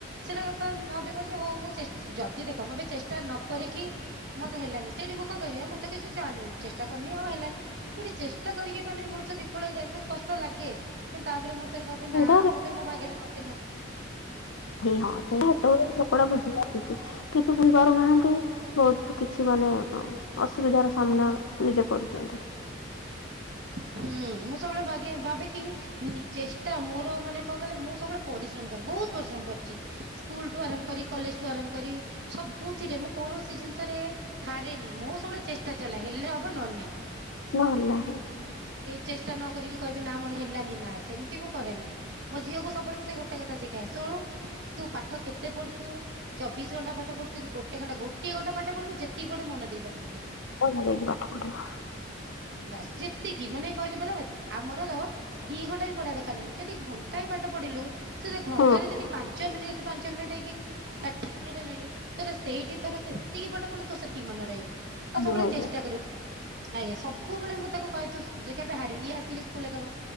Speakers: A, on the right (about 60°); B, on the left (about 80°).
A: ସେଟା କାଇଁ ଭାବିବା? ହଉ ମୁଁ ଚେଷ୍ଟା ଯଦି ଦେଖ ମୁ ଏବେ ଚେଷ୍ଟା ନ କରିକି ମତେ ହେଲାନି ସେଇଠି ମୁଁ କଣ କିବିଉ ମୁଁ ତ କିଛି ଚେଷ୍ଟା କରୁନି ଆଉ ହେଲାନି ଯୋଠି ଚେଷ୍ଟା କରିକି ଗୋଲେ ମଣି ବିଫଳ ହେଇଯାଏ ବହୁତ କଷ୍ଟ ଲାଗେ କିନ୍ତୁ ତାପରେ ମୁଁ ଭାବେ
B: ନଥିବ
A: ନା
B: ତ
A: ବୋଧେ ମୋ ଭାଗ୍ୟରେ ନଥିଲା।
B: ହଁ ସେ ସେତେବେଳେ ଲୋକଟା ବୁଝିପାରିବ <unintelligible> କିନ୍ତୁ ବୁଝିପାରୁନାହାନ୍ତି ବହୁତ କିଛି ମାନେ ଅସୁବିଧାର ସାମ୍ନା ନିଜେ କରୁଛନ୍ତି।
A: ହୁଁ ମୁଁ ସବୁବେଳେ ଭ ଭାବିକି ଚେଷ୍ଟା ମୋର ମାନେ କଣ କହିଲେ ମୁଁ ସବୁବେଳେ ପରିଶ୍ରମ କରେ ବହୁତ ପରିଶ୍ରମ କରିଛି ସ୍କୁଲଠୁ ଆରମ୍ଭ କରି କଲେଜଠୁ ଆରମ୍ଭ କରି ସବୁଥିରେ ମୁଁ କୌଣସି ଜିନିଷରେ ହାରେନି ମୁଁ ସବୁବେଳେ ଚେଷ୍ଟା ଚଲାଏ ହେଲେ ହବ ନହେଲେ ନାହିଁ।
B: ନ ହେଲେ ନା ହ୍ନି।
A: ଚେଷ୍ଟା ନକ କରିକି କହିବି ନା ମୋର ହେଲାନି ନା ସେମିତି ମୁଁ କରେନି ମୋ ଝିଅକୁ ସବୁବେଳେ ମୁଁ ସେ ଗୋଟେ କଥା ଶିଖାଏ ଶୁଣୁ ତୁ ପାଠ କେତେ ପଢୁଛୁ ଚବିଶ ଘଣ୍ଟା ପାଠ ପଢୁଛୁ କି ଗୋଟେ ଘଣ୍ଟା ଗୋଟଏ ଘଣ୍ଟା ପାଠ ପଢୁ ଯେତିକି ପଢୁ ମନ ଦେଇକି ପାଠ ପଢିବୁ।
B: ମନ ଦେଇକି ପାଠ ପଢିବା।
A: ବାସ୍ ଜିତ ଏତିକି ମାନେ କହିଲେ ପରା ଆମର ଦି ଘଣ୍ଟା ବି ପଡି଼ବା ଦରକାର ନାହିଁ ଯଦି ଦି ଘଣ୍ଟା ବି ବାଟ ପଢି଼ଲୁ ସେ ଘଣ୍ଟାରେ
B: ହୁଁ
A: ଯଦି ପାଞ୍ଚ ମିନିଟ ପାଞ୍ଚ ମିନିଟ ହେଇକି ଷାଠିଏ ମିନିଟ୍ ହେଲାଣି ତ ସେଇଠି ତର ସେତିକି ପାଠ ପଢି଼ଲୁ ତ ସେତିକି ମନେ ରହିବ। ଆଉ
B: ହୁଁ
A: ସବୁବେଳେ
B: ହଁ
A: ଚେଷ୍ଟା କରିବ। ଆଜ୍ଞା ସବୁବେଳେ ମୁଁ ତାକୁ କହିି କେବେ ହାରିବିନି ଆସିକି ସ୍କୁଲବ